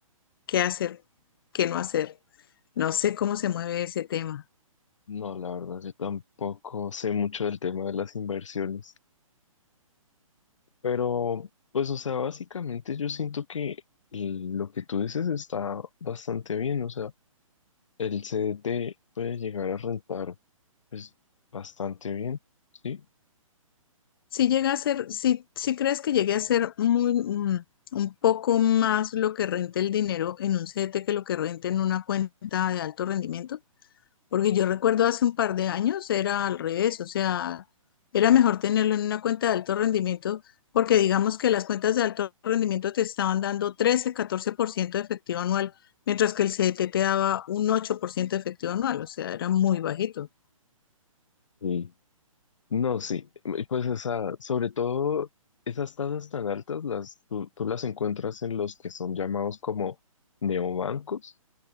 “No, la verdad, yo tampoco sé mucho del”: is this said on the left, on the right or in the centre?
Left